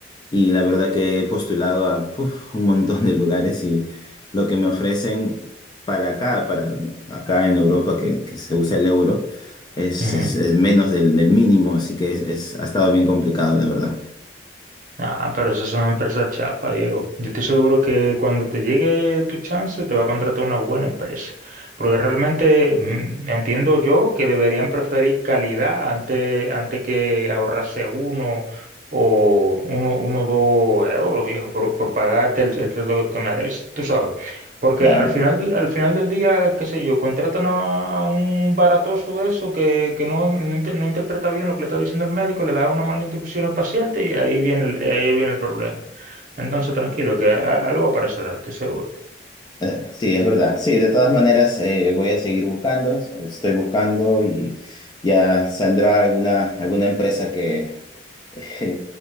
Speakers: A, on the left; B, on the right.
A: Y la verdad que he postulado a puf, un montón de lugares y lo que me ofrecen para acá, para acá en Europa que, que se usa el euro, es,
B: ujú.
A: es- es menos del, del mínimo, así que es, es- ha estado bien complicado, la verdad.
B: Ah, pero eso es una empresa chafa, Diego. Yo estoy seguro que cuando te llegue tu chance te va a contratar una buena empresa. Porque realmente mm, entiendo yo que deberían preferir calidad antes, antes que ahorrarse uno o uno, uno o dos euros, viejo, por, por pagarte el, el sueldo que te mereces. Tú sabes. Porque
A: Claro,
B: al final, al final del día, qué sé yo, contratan a a un baratoso de eso que, que no, no, inter- no interpreta bien lo que le está diciendo el médico, le da una mala instrucción al paciente y ahí viene el, ahí viene el problema. Entonces, tranquilo, que a- algo aparecerá, estoy seguro.
A: Eh, sí, es verdad. Sí, de todas maneras eh, voy a seguir buscando, estoy buscando y ya saldrá alguna, alguna empresa que, <laughs>